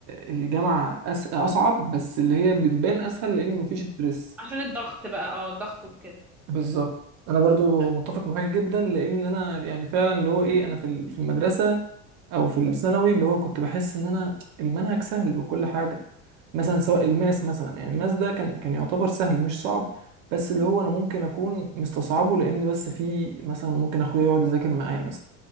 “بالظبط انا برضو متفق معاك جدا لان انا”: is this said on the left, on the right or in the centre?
Right